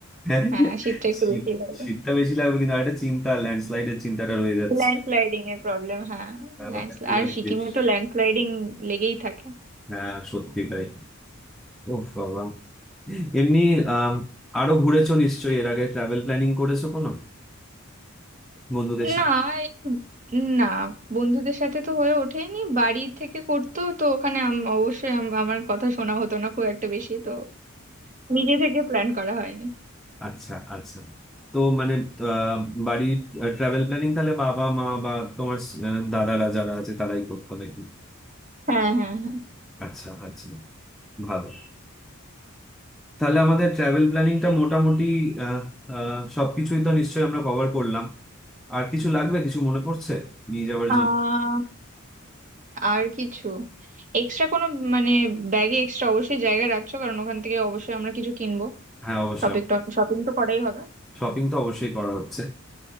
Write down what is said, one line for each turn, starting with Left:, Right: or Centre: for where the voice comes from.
Centre: হ্যাঁ
Right: হ্যাঁ শীতটা একটু
Centre: শীত
Right: বেশি লাগবে
Centre: শীতটা বেশি লাগবে কিন্তু আরেকটা চিন্তা ল্যান্ডস্লাইডের চিন্তাটা রয়ে যাচ্ছে
Right: ল্যান্ডস্লাইডিং এর প্রবলেম হ্যাঁ
Centre: আর
Right: ল্যান্ড
Centre: একটুখানি
Right: আর সিকিমে
Centre: বেশ
Right: তো ল্যান্ডস্লাইডিং লেগেই থাকে
Centre: হ্যাঁ সত্যি তাই ওহ বাবা এমনি আম, আরো ঘুরেছো নিশ্চয়ই এর আগে ট্রাভেল প্ল্যানিং করেছো কোনো বন্ধুদের সাথে
Right: না এই- না বন্ধুদের সাথে তো হয়ে ওঠেনি বাড়ি থেকে করতো তো ওখানে আম- অবশ্যই আম- আমার কথা শোনা হতো না খুব একটা বেশি তো নিজে থেকে প্ল্যান করা হয়নি
Centre: আচ্ছা আচ্ছা তো মানে আহ, বাড়ির ট্রাভেল প্ল্যানিং তাহলে বাবা মা বা তোমার আহ, দাদারা যারা আছে তারাই করতো নাকি
Right: হ্যাঁ হ্যাঁ হ্যাঁ
Centre: আচ্ছা আচ্ছা ভালো তাহলে আমাদের ট্রাভেল প্ল্যানিংটা মোটামুটি আহ, আহ, সবকিছুই তো নিশ্চয়ই আমরা কভার করলাম আর কিছু লাগবে কিছু মনে পড়ছে নিয়ে যাওয়ার
Right: আহ,
Centre: জন্য
Right: আর কিছু এক্সট্রা কোনো মানে ব্যাগে এক্সট্রা অবশ্যই জায়গা রাখছো কারণ ওখান থেকে অবশ্যই আমরা কিছু কিনবো
Centre: হ্যাঁ অবশ্যই
Right: শপিং শপিং তো করাই হবে
Centre: শপিং তো অবশ্যই করা হচ্ছে